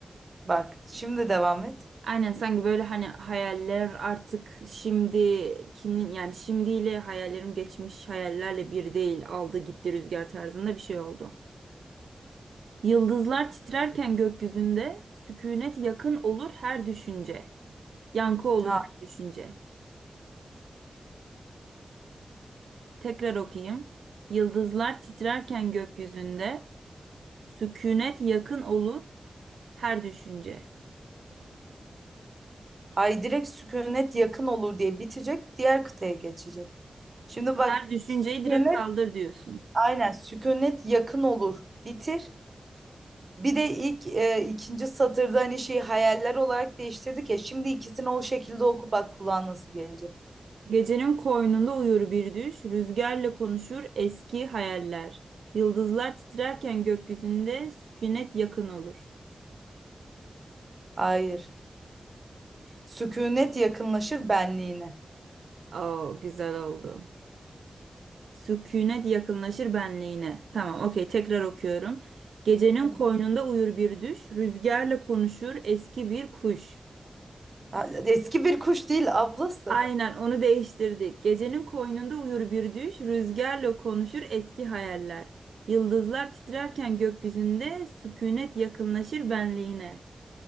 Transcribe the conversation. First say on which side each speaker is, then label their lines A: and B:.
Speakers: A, on the right; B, on the right.
A: Bak şimdi devam et.
B: Aynen sanki böyle hani hayaller artık şimdikinin yani şimdiyle hayallerim geçmiş hayallerle bir değil aldı gitti rüzgar tarzında bir şey oldu. Yıldızlar titrerken gökyüzünde, sükunet yakın olur her düşünce. Yankı olur
A: Ha,
B: her düşünce. Tekrar okuyayım. Yıldızlar titrerken gökyüzünde, sükunet yakın olur her düşünce.
A: hay direkt sükunet yakın olur diye bitecek diğer kıtaya geçecek. Şimdi bak
B: Her düşünceyi
A: sükunet
B: direkt kaldır diyorsun.
A: aynen sükunet yakın olur bitir. Bir de ilk e, ikinci satırda hani şeyi hayaller olarak değiştirdik ya. Şimdi ikisini o şekilde oku bak kulağa nasıl gelecek.
B: Gecenin koynunda uyur bir düş, rüzgarla konuşur eski hayaller. Yıldızlar titrerken gökyüzünde, sükunet yakın olur.
A: Hayır. Sükunet yakınlaşır benliğine.
B: Oo, güzel oldu. Sükunet yakınlaşır benliğine. Tamam, okey, tekrar okuyorum. Gecenin
A: Hı.
B: koynunda uyur bir düş, rüzgarla konuşur eski bir kuş.
A: Ha, Eski bir kuş değil ablası.
B: Aynen onu değiştirdik. Gecenin koynunda uyur bir düş, rüzgarla konuşur eski hayaller. Yıldızlar titrerken gökyüzünde sükunet yakınlaşır benliğine.